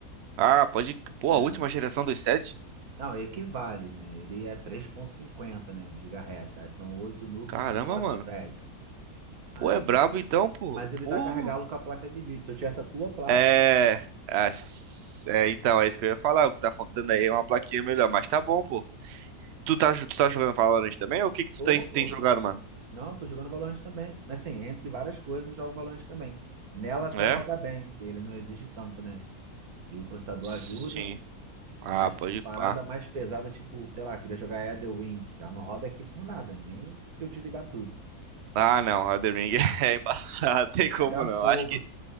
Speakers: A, on the right; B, on the right.
A: ah, pode. Pô,
B: É,
A: a última geração dos sete?
B: não, equivale, né? Ele é 3.50, né, de gigahertz. Aí são oito núcleos
A: Caramba,
B: e quatro
A: mano.
B: threads. Aí,
A: Pô, é brabo então, pô.
B: mas ele
A: Pô.
B: dá gargalo com a placa de vídeo. Se eu tivesse a tua placa,
A: É. É, s- é, então, é isso que eu ia falar. O que tá faltando aí é uma plaquinha melhor, mas tá bom, pô. E tu tá, tu tá jogando Valorant também? Ou o que que tu
B: tô,
A: tem,
B: pô.
A: tem jogado, mano?
B: Não, tô jogando Valorant também. Assim, entre várias coisas, eu jogo Valorant também. Nela até
A: É?
B: roda bem, que ele não exige tanto, né? E o processador
A: Sim.
B: ajuda.
A: Ah,
B: Mas
A: pode
B: parada
A: pá.
B: mais pesada, tipo, sei lá, queria jogar Elden Ring. Já não roda aqui por nada, nem se eu desligar tudo.
A: Ah, não, Elden Ring <laughs> é embaçado, tem como
B: Pega
A: não.
B: fogo.
A: Acho que.